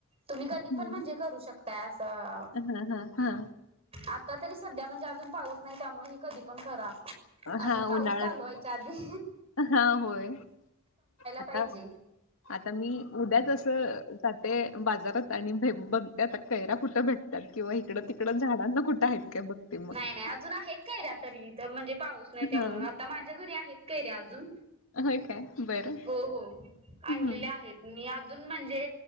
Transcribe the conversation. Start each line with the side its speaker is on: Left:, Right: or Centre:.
Right: तुम्ही कधी
Left: हम्म
Right: पण म्हणजे करू शकताय असं
Left: हा हा हा
Right: आता तरी सध्या म्हणजे अजून पाऊस नाही त्यामुळे हे कधी पण करा अजून
Left: हा
Right: पाऊस
Left: उन्हाळ्यात
Right: चालू आहे. साधी
Left: हा होय आता
Right: पाहिजे.
Left: आता मी उद्याच असं ते बाजारात आणि बघते आता कैरा कुठं भेटतात किंवा इकडं तिकडं झाडांना कुठं आहेत. काय बघते मग
Right: नाही नाही अजून आहेत कैरी तरी तर म्हणजे पाऊस नाही त्यामुळ
Left: हा
Right: आता माझ्या घरी आहेत. कैरी अजून
Left: होय काय बरं
Right: हो हो
Left: हम्म
Right: आणलेले आहेत. मी अजून म्हणजे